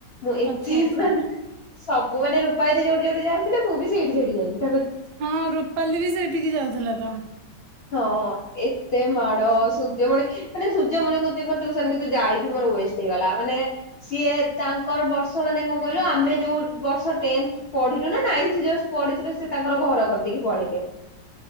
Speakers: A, on the left; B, on the right.
A: ମୁଁ ଏତେ
B: ଆଚ୍ଛା ଆଚ୍ଛା
A: ମାନେ ସବୁ ମାନେ ରୂପାଦିଦି ଯୋଉଠି ଯୋଉଠି ଯାଉଥିଲେ ମୁଁ ବି ସେଇଠି ସେଇଠି ଯାଇଥି
B: ହଁ ରୁପାଲି ବି ସେଇଠିକି ଯାଉଥିଲା ତ।
A: ହଁ ଏତେ ମାଡ ସୂର୍ଯ୍ୟମଣୀ ମାନେ ସୂର୍ଯ୍ୟମଣି ଗୁରୁଜୀ ଙ୍କ ଟ୍ୟୁସନ କିନ୍ତୁ ଯାଇକି ମୋର ୱେଷ୍ଟ ହେଇଗଲା ମାନେ ସିଏ ତାଙ୍କର ବର୍ଷ ମାନେ କଣ କହିଲ ଆମେ ଯୋଉ ବର୍ଷ ଟେନ୍ଥ ପଢିଲୁ ନା ନାଇନ୍ତ ଜଷ୍ଟ ପଢିଥିଲୁ ସେ ତାଙ୍କର ଘର କରିଦେଇକି ପଳେଇଲେ।